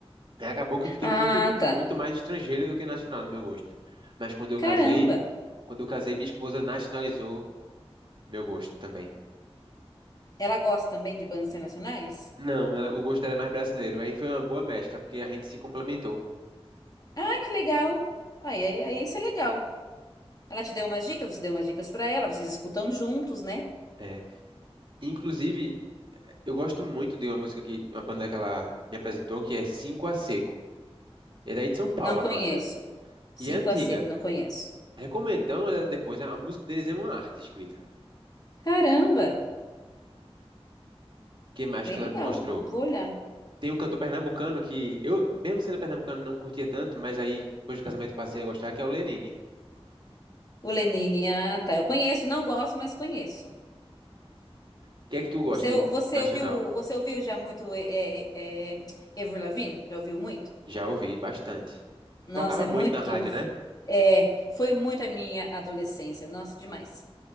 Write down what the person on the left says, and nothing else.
Ah,
tá.
Caramba.
Ela gosta também de bandas internacionais?
Ah, que legal. Aí, aí, aí, isso é legal. Ela te deu umas dicas, você deu umas dicas pra ela, vocês escutam juntos, né?
Não conheço.
Cinco
a seco, não conheço.
Caramba,
bem
legal.
Vou olhar.
O Lenine, ah, tá. Eu conheço, não gosto, mas conheço.
Você,
você
ouviu, você ouviu já muito é, é, é, Avril Lavigne? Já ouviu muito?
Nossa,
é
muito.
É, foi muito a minha adolescência. Nossa, demais.